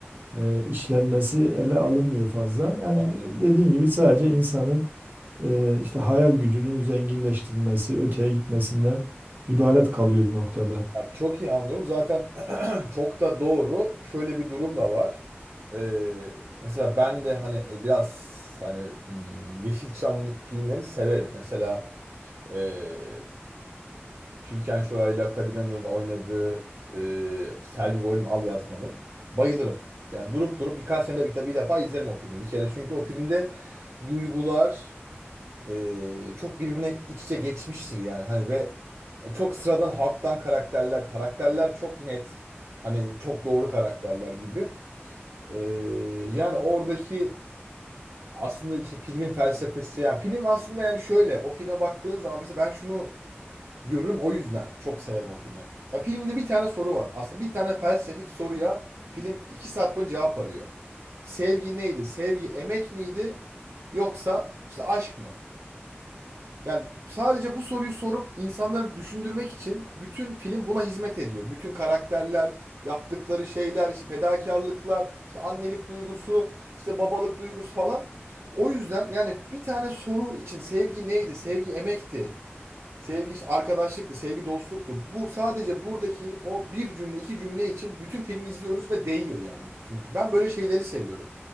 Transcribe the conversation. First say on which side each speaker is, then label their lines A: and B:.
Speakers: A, on the right (about 50°); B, on the right (about 70°).
A: e, işlenmesi ele alınmıyor fazla. Yani
B: anladım.
A: dediğin gibi sadece insanın e, işte hayal gücünün zenginleştirilmesi, öteye gitmesinden ibaret kalıyor bir noktada.
B: Ya çok iyi anlıyorum. Zaten <clears throat> çok da doğru. Şöyle bir durum da var. Ee, mesela ben de hani biraz hani hmm, Yeşilçam filmlerini severim. Mesela Ee, Türkan Şoray'la Kadir İnanır'ın oynadığı e, Selvi Boylum Al Yazmalım. Bayılırım. Yani durup durup birkaç senede bir, bir defa izlerim o filmi. Bir kere çünkü o filmde duygular e, çok birbirine iç içe geçmiştir yani. Hani ve çok sıradan halktan karakterler, karakterler çok net. Hani çok doğru karakterler gibi. Ee, yani oradaki aslında işte filmin felsefesi yani film aslında yani şöyle o filme baktığın zaman mesela ben şunu görürüm. O yüzden çok severim o filmi. Ya filmde bir tane soru var. Aslında bir tane felsefik soruya film iki saat boyunca cevap arıyor. Sevgi neydi? Sevgi emek miydi? Yoksa işte aşk mı? Yani sadece bu soruyu sorup insanları düşündürmek için bütün film buna hizmet ediyor. Bütün karakterler, yaptıkları şeyler, işte fedakarlıklar, işte annelik duygusu, işte babalık duygusu falan. O yüzden yani bir tane soru için sevgi neydi? Sevgi emekti. Sevgi işte arkadaşlıktı, sevgi dostluktu. Bu sadece buradaki o bir cümle, iki cümle için bütün filmi izliyoruz ve değiyor yani. Çünkü ben böyle şeyleri seviyorum.